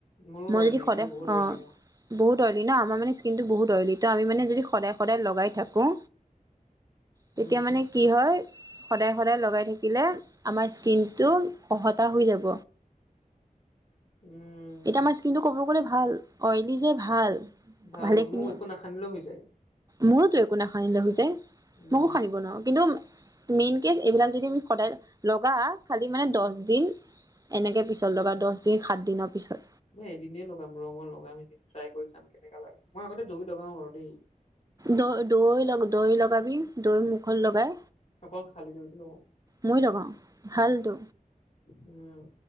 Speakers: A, on the left; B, on the right.
A: মোৰো
B: মই
A: অইলি
B: যদি সদায়
A: বে বহুত
B: অঁ,
A: অইলি মোৰ
B: বহুত অইলি ন আমাৰ মানে স্কিনটো বহুত অইলী ত আমি মানে যদি সদায় সদায় লগাই থাকো। তেতিয়া
A: উম
B: মানে কি হয় সদায় সদায় লগাই থাকিলে আমাৰ কিন্তু খহতা হৈ যাব।
A: উম,
B: এতিয়া আমাৰ স্কিনটো কবগলে ভাল অইলি যে ভাল।
A: ভাল
B: ভালেখিনিয়ে
A: মোৰ একো নাসানিলেও হৈ যায়।
B: মোৰোতো একো নাসানিলে আহোঁতে।
A: উম
B: মইয়ো সানিব নোৱাৰোঁ। কিন্তু, মেইনকে, এইবিলাক যদি আমি সদায় লগাওঁ। খালি মানে, দহ দিন, এনেকে পিছত লগাও, দহ দিন-সাত দিনৰ পিছত।
A: মই এদিনে লগাম ৰ' লগাম, এদিন ট্ৰাই কৰি চাম, কেনেকা লাগে। মই আগতে দৈয়ো লগাও বাৰু দেই।
B: দৈ-দৈ দৈ লগাবি, দৈ মুখত লগাই।
A: অকল খালি দৈটো লগাওঁ।
B: মই লগাওঁ, ভালতো।
A: উম!